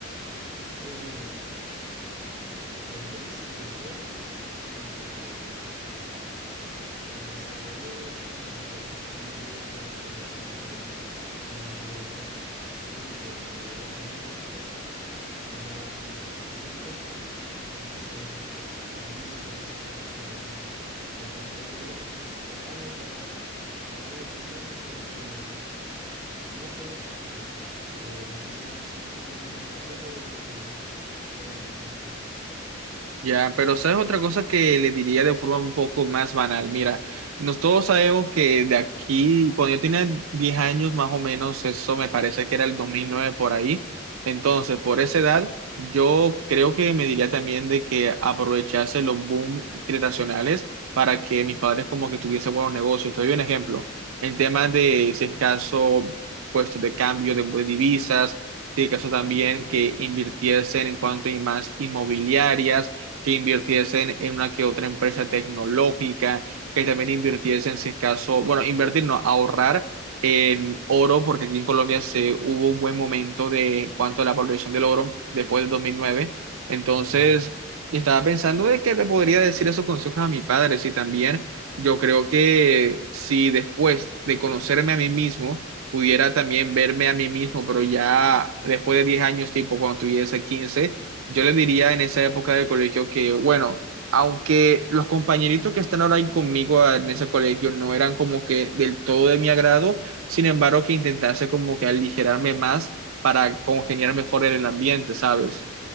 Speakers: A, on the right; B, on the right.
A: Eh, le diría que se prepare como para el desarrollo que tendría ya como a esa edad. Como que yo tuve que madurar muy rápido a una edad muy, pe- muy corta, entonces a mí eso de cierta parte igual me afectó. Por lo tanto, le diría como que se prepare para, para algo que viene, pero que no todo siempre es malo, que las cosas siempre ocurren por algo y que ya vendrán mejores cosas.
B: Ya, pero ¿sabes otra cosa que le diría de forma un poco más banal? Mira, nos todos sabemos que de aquí, cuando yo tenía 10 años más o menos, eso me parece que era el 2009 por ahí. Entonces, por esa edad, yo creo que me diría también de que aprovechase los boom generacionales para que mis padres como que tuviesen buenos negocios. Te doy un ejemplo. En temas de, si es caso, puestos de cambio de de divisas, si es caso también que invirtiesen en cuanto a más inmobiliarias que invirtiesen en una que otra empresa tecnológica, que también invirtiesen, si es caso, bueno, invertir, no, ahorrar en oro, porque aquí en Colombia se hubo un buen momento de cuanto a la valoración del oro después del 2009. Entonces,
A: Sí, acá igual,
B: estaba pensando de que le podría decir esos consejos a mi padre, si también yo creo que si después de conocerme a mí mismo, pudiera también verme a mí mismo, pero ya después de 10 años, tipo cuando tuviese quince yo le diría en esa época del colegio que, bueno, aunque los compañeritos que están ahora ahí conmigo ah, en ese colegio no eran como que del todo de mi agrado, sin embargo que intentase como que aligerarme más para congeniar mejor en el ambiente, ¿sabes?